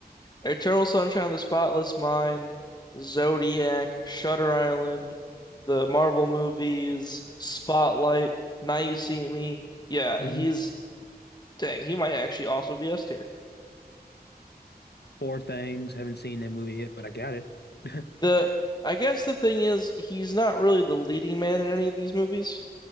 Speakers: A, on the left; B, on the left.
A: Eternal Sunshine of the Spotless Mind, Zodiac, Shutter Island, the Marvel movies, Spotlight, Now You See Me. Yeah,
B: hmm
A: he's dang. He might actually also be S tier.
B: Poor things. Haven't seen that movie yet, but I got it. <laughs>
A: The I guess the thing is he's not really the leading man in any of these movies.